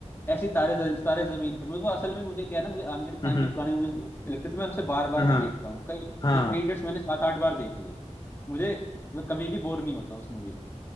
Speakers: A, on the left (about 20°); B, on the left (about 35°).
A: ऐसी तारे ज- तारे जमीन पर मेरे को असल में मुझे क्या है ना मुझे आमिर
B: हम्म
A: खान की पुरानी मूवीज बहुत अच्छी लगती है तो मैं उसे बार बार
B: हाँ
A: में देखता हूँ कई
B: हाँ
A: थ्री इडियट्स मैंने सात आठ बार देखी है मुझे मैं कभी भी बोर नहीं होता उस मूवी से